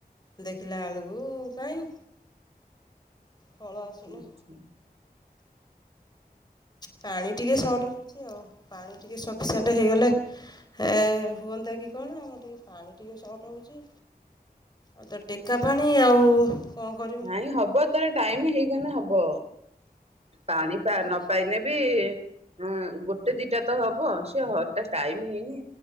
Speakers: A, on the left; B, on the right.
A: ଦେଖିଲା ବେଳକୁ କାଇଁ? ଫଳ ଆସୁନି?
B: ଆଛା
A: ପାଣି ଟିକେ ସର୍ଟ ହୋଉଛି ଆଉ। ପାଣି ଟିକେ ସଫିସେଣ୍ଟ ହେଇଗଲେ, ଏ ହୁଅନ୍ତା କି କଣ ଆମର ଟିକେ ପାଣି ଟିକେ ସର୍ଟ ହୋଉଛି। ଆଉ ତ ଟେକା ପାଣି ଆଉ। କଣ କରିବୁ
B: ନାଇଁ ହବ ତାର ଟାଇମ୍ ହେଇଗଲେ ହବ। ପାଣି
A: ହଁ
B: ନ
A: ଦେଖି
B: ପାଇନେ ବି ହଁ, ଗୋଟେ ଦିଟା ତ ହବ। ସେ ହ ଟାଇମ୍ ହେଇନି,